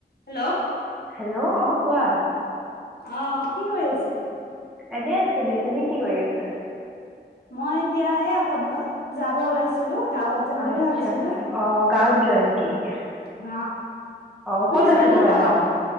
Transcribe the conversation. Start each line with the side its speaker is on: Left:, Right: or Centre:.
Left: Hello.
Centre: Hello, অ', কোৱা।
Left: অ', কি কৰি আছ?
Centre: এনে আছো দিয়া, তুমি কি কৰি আছা?
Left: মই এতিয়া এই আত যাব ওলাইছো ছিলো <unintelligible> গাঁৱত যাম
Centre: আচ্ছা
Left: বুলি ভাবিছিলো।
Centre: অ', গাঁৱত যোৱা নেকি এতিয়া?
Left: অ।
Centre: অ',
Left: তুমি
Centre: ক'ত
Left: যোৱা
Centre: আছে
Left: নাই
Centre: তোমাৰ
Left: গাঁৱত?
Centre: গাঁও?